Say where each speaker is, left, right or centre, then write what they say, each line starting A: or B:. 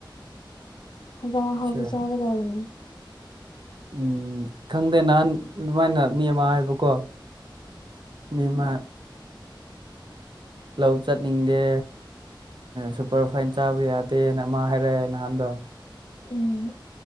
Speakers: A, on the left (about 65°); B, on the right (about 65°).
A: ꯍꯣꯏ ꯆꯥ ꯍꯕ
B: ꯁꯦ
A: ꯆꯥꯒꯗꯔꯅꯤ
B: ꯎꯝ ꯈꯪꯗꯦ ꯅꯍꯥꯟ ꯑꯗꯨꯃꯥꯏꯅ ꯃꯤ ꯑꯃ ꯍꯥꯏꯕꯀꯣ ꯃꯃ
A: ꯞꯌ
B: ꯂꯧ ꯆꯠꯅꯤꯡꯗꯦ ꯁꯨꯄꯔ ꯐꯥꯏꯟ ꯆꯥꯕ ꯌꯥꯗꯦꯅ ꯑꯃ ꯍꯥꯏꯔꯛꯑꯦ ꯅꯍꯥꯟꯗꯣ
A: ꯎꯝ